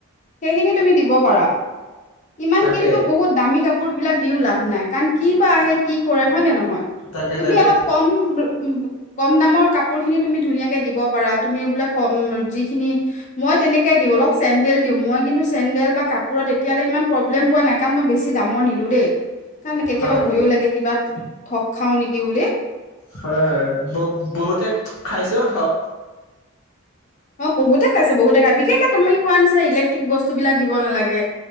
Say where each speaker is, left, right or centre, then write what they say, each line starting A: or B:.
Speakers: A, on the left; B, on the left.
A: সেইখিনি তুমি দিব পাৰা। ইমান
B: তাকে
A: কিন্তু বহুত দামী কাপোৰ বিলাক দিওঁ লাভ নাই। কা কি বা আহে? কি কৰে? হয় নে নহয়?
B: তাকে
A: তুমি
B: তাকে
A: অলপ কম- কম দামৰ কাপোৰ তুমি ধুনীয়াকে দিব পাৰা। তুমি বোলে কম- যিখিনি মই তেনেকে দিওঁ অলপ। চেণ্ডেল দিওঁ। মই কিন্তু চেণ্ডেল বা কাপোৰত এতিয়ালৈ ইমান প্ৰব্লেম পোৱা নাই। কাৰণ মই বেছি দামৰ নিদিও দে। কা কেতিয়াবা
B: হয়
A: ভয়ো লাগে, কিবা ঠগ খাওঁ নেকি বুলি।
B: হয় - হয়। ব- বহুতে খাইছেও ঠগ।
A: অ' বহুতে খাইছে, বহুতে খায়। ‌ বিশেষকে তুমি কি কোৱা নিচিনা ইলেক্ট্ৰিক বস্তুবিলাক দিব নালাগে।